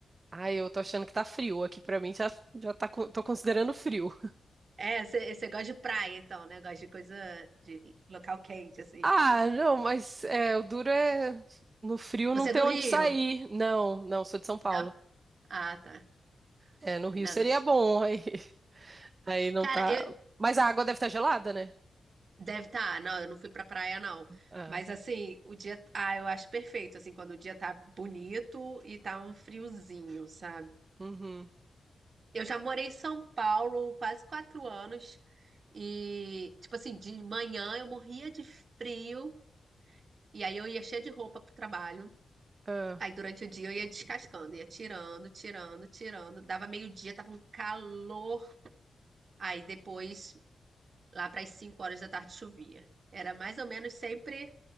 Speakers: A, on the right; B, on the right.
A: Ai, eu tô achando que tá frio aqui pra mim, já, já tá, co- tô considerando frio. <laughs>
B: É, você gosta de praia, então, né? Gosta de coisa de local quente, assim.
A: Ah, não, mas é, o duro é no frio
B: Você
A: não ter
B: é do
A: onde
B: Rio?
A: sair. Não, não, sou de São Paulo.
B: Não? Ah, tá.
A: É, no Rio
B: Não.
A: seria
B: eu sou-
A: bom, aí, <laughs> aí não
B: Cara,
A: tá.
B: eu...
A: Mas a água deve estar gelada, né?
B: deve estar. Tá. Não, eu não fui pra praia, não.
A: Ah,
B: Mas assim, o dia. Ah, eu acho perfeito, assim, quando o dia tá bonito e tá um friozinho, sabe?
A: uhum.
B: Eu já morei em São Paulo quase quatro anos e, tipo assim, de manhã eu morria de frio e aí eu ia cheia de roupa pro trabalho.
A: Ah.
B: Aí durante o dia eu ia descascando, ia tirando, tirando, tirando. Dava meio-dia, tava um calor. Aí depois, lá para as cinco horas da tarde, chovia. Era mais ou menos sempre